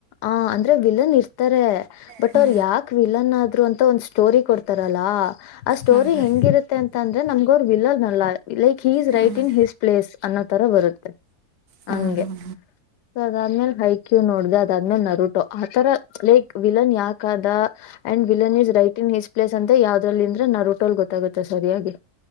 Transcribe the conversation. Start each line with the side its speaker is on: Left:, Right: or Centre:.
Left: ಆ ಅಂದ್ರೆ ವಿಲನ್ ಇರ್ತ ತ್ತರ ಬಟ್
Right: ಹ್ಞೂ
Left: ಅವರ್ ಯಾಕ್ವಿ ಆದ್ರೂ ಅಂತ ಒಂದ್ ಸ್ಟೋರಿ ಕೊಡ್ತಾರಲ್ಲಾ ಆ ಸ್ಟೋರಿ
Right: ಹ್ಞೂ
Left: ಹೆಂಗಿರುತ್ತೆ ಅಂತ ಅಂದ್ರೆ ನಮಗವ್ರ್ ವಿಲ್ಲನಲ್ಲ. ಲೈಕ್ ಹಿ ಇಸ್
Right: ಹ್ಞೂ
Left: ರೈಟ್ ಇನ್ ಹಿಸ್ ಪ್ಲೇಸ್ ಅನ್ನೋ ತರ ಬರುತ್ತೆ
Right: ಹ್ಞೂ
Left: ಹಂಗೆ
Right: ಹ್ಞೂ ಹ್ಞೂ
Left: ಸೊ ಅದಾದ್ಮೇಲೆ ಹೈಕ್ಯೂ ನೋಡ್ದ ಅದ. ಇನ್ನನ್ನರುಟೋ ಆತರ ಲೈಕ್ ವಿಲನ್ ಯಾಕದ. And villain is right in his place. ಅಂತೆ ಯಾವ್ದ್ರಲ್ಲಿಂದ್ರೆ ನರುಟೋಲ್ ಗೊತ್ತಾಗುತ್ತೆ ಸರಿಯಾಗಿ.